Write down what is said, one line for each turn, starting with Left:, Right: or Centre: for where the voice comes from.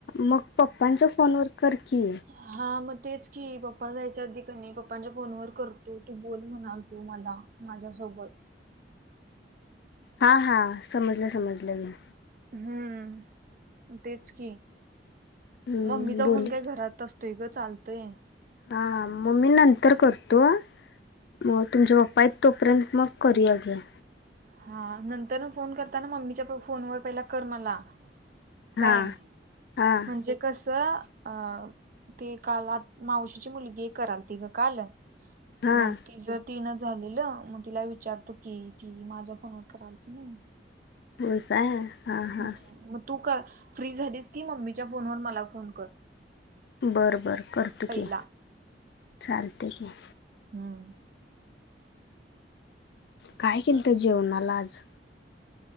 Left: मग पप्पांच्या फोनवर करकी.
Right: हा मग तेच की पप्पा जायच्या अगदी कमी पप्पांच्या फोनवर करतो तू बोल म्हणाल तू मला माझ्यासोबत.
Left: हा हा समजलं समजलं गे.
Right: हम्म. तेच की
Left: हम्म
Right: मम्मीचा
Left: बोल
Right: फोन काही घरात. त ग चालतंय
Left: हा मग मी नंतर करतो मग तुमच्या पप्पा आहेत तोपर्यंत मग करूया की
Right: हा नंतर फोन करताना मम्मीच्या फोन व पहिला कर मला काय
Left: हां हां
Right: म्हणजे कस अ ते काल आ मावशीची मुलगी एक करालती ग काल
Left: हां
Right: मग ति ज तिन झालेलं मग तिला विचारतो की त माझ फोनवर कराआलती ना
Left: हो काय हा हा
Right: हम्म मग तू कर फ्री झालीस की मम्मीच्या फोनवर मला फोन कर
Left: बरं बर करतो
Right: पहिला
Left: की चालते. ह
Right: हम्म
Left: काय केलत जेवणाला आज